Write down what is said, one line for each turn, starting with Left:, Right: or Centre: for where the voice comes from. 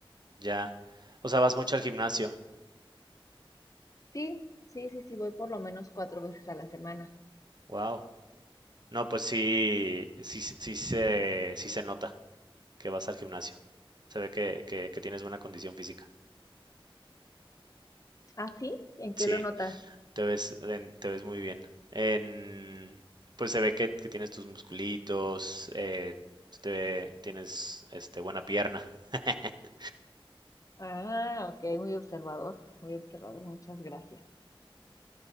Right: Ya. O sea, vas mucho al gimnasio.
Left: Sí, sí, sí, sí, voy por lo menos cuatro veces a la semana.
Right: Wow. No, pues sí, sí, se- sí se, sí se nota que vas al gimnasio. Se ve que, que, que tienes buena condición física.
Left: ¿Ah, sí? ¿En qué
Right: Sí.
Left: lo notas?
Right: Te ves, en- te ves muy bien. En- pues se ve que, que tienes tus musculitos, eh, se te ve- tienes este, buena pierna. <laughs>
Left: Ah, ok, muy observador, muy observador, muchas gracias.